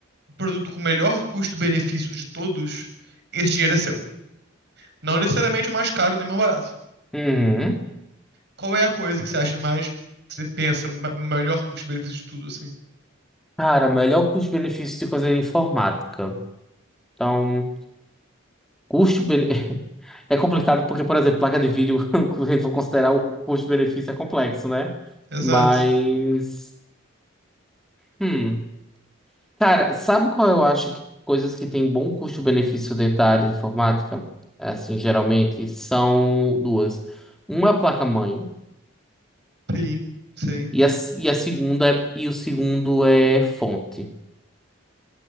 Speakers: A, on the right; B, in the centre.
A: um produto com o melhor custo-benefício de todos, esse dinheiro é seu. Não necessariamente o mais caro nem o mais barato.
B: Uhum.
A: Qual é a coisa que você acha mais, que você pensa, ma- melhor custo-benefício de tudo, assim?
B: Cara, melhor custo-benefício de coisa de informática. Então, custo bene- <laughs> é complicado porque, por exemplo, placa de vídeo, <laughs> se a gente for considerar o custo-benefício é complexo, né?
A: Exato.
B: Mas, hum. Cara, sabe qual eu acho que coisas que têm bom custo-benefício dentro da área de informática? É Assim, geralmente são duas. Uma é a placa-mãe
A: Sim, sim.
B: e a, e a segunda é, e o segundo é fonte.